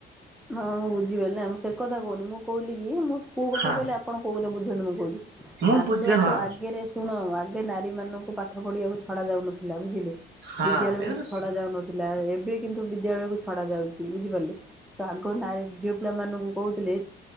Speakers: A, in the centre; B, on the right.
A: ହଁ ମୁଁ ବୁଝିଗଲି ମୁଁ ସେ କଥା କହୁନି ମୁଁ କହୁିଲି କି ମୁଁ କୋଉ କଥା
B: ହଁ
A: କହିଲେ ଆପଣ କୋଉ କଥା ବୁଝନ୍ତୁ ମୁ କହୁଚି
B: ମୁଁ
A: ଆଗ
B: ବୁଝେ ହଁ
A: ତ ଆଗରେ ଶୁଣ ଆଗେ ନାରୀ ମାନଙ୍କୁ ପାଠ ପଢିବାକୁ ଛଡା ଯାଉନଥିଲା ବୁଝିଲେ
B: ହଁ
A: ବିଦ୍ୟାଳୟକୁ
B: ଏ ହଁ
A: ଛଡା ଯାଉନଥିଲାଲ। ଥିଲା ଏବେ କିନ୍ତୁ ବିଦ୍ୟାଳୟକୁ ଛଡା ଯାଉଚି ବୁଝିପାରିଲେ। ତ ଆଗ ନାଁରେ ଝିଅ ପିଲାମାନଙ୍କୁ କହୁଥିଲେ